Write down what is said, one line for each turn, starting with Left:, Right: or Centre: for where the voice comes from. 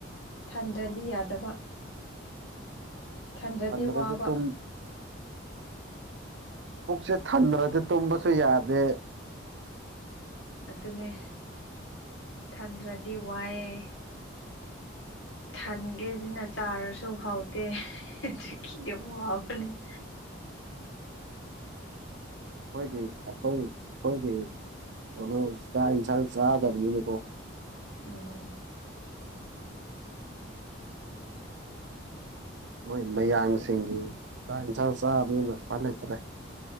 Left: ꯊꯟꯗ꯭ꯔꯗꯤ
Right: ꯎꯝ
Left: ꯌꯥꯗꯕ ꯁꯟꯗ꯭ꯔꯗꯤ
Right: ꯊꯟꯗ꯭ꯔꯗꯤ
Left: ꯋꯥꯕ
Right: ꯇꯨꯝ ꯄꯨꯛꯁꯦ ꯊꯟꯗ꯭ꯔꯗꯤ ꯇꯨꯝꯕꯁꯨ ꯌꯥꯗꯦ
Left: ꯑꯗꯨꯅꯦ ꯊꯟꯗ꯭ꯔꯗꯤ ꯋꯥꯏꯑꯦ ꯍꯟꯒꯦ ꯑꯗꯨꯅ ꯆꯥꯔꯁꯨ ꯍꯥꯎꯇꯦ ꯆꯈꯤ ꯑꯃ ꯋꯥꯕꯅꯦ <inaudible>
Right: ꯑꯩꯈꯣꯏꯒꯤ ꯑꯩꯈꯣꯏ ꯑꯩꯈꯣꯏꯒꯤ ꯍ ꯆꯥꯛ ꯏꯟꯁꯥꯡ ꯆꯥꯗꯕꯅꯤꯀꯣ
Left: ꯎꯝ
Right: ꯃꯣꯏ ꯃꯌꯥꯡꯁꯤꯡꯒꯤ ꯆꯥꯛ ꯏꯟꯁꯥꯡ ꯆꯥꯕꯗꯨꯅ ꯄꯥꯛ ꯂꯩꯇ꯭ꯔꯦ